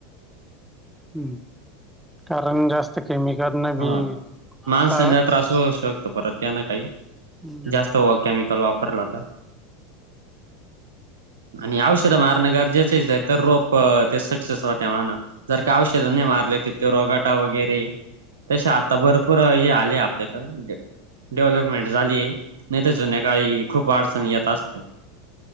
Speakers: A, in the centre; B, on the right.
A: हूं! कारण जास्त न बी
B: हा माणसाला
A: आता
B: त्रास होऊ शकतो परत त्यानं काही
A: हम्म
B: जास्त व केमिकल वापर परलाता. आणि औषधं मारणं गरजेचेच आहे, तर रोप ते सक्सेस होते म्हण जर का औषधं नाही मार तिथे रोगाटा वगैरे तसे आता भरपूर हे आले आपल्या क डेव्हलपमेंट झाली नाही तर जून्याकाळी खूप अडचण येत असते